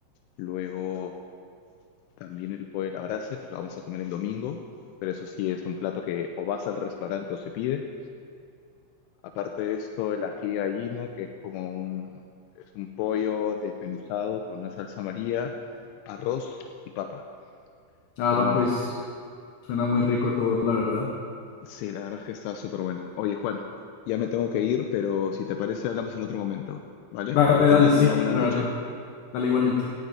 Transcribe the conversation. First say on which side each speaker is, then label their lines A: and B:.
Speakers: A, on the left; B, on the left.
A: Luego También el pollo a la brasa, que lo vamos a comer el domingo, pero eso sí es un plato que o vas al restaurante o se pide. Aparte de esto, el ají gallina, que es como un, es un pollo desmenuzado con una salsa María, arroz y papa.
B: Ah,
A: Pero bueno,
B: pues suena muy rico todo, la verdad.
A: sí, la verdad es que está súper bueno. Oye, Juan, ya me tengo que ir, pero si te parece, hablamos en otro momento, ¿vale?
B: Dale,
A: Que tengas
B: dale, sí,
A: una buena
B: la
A: noche.
B: verdad. Dale igualmente.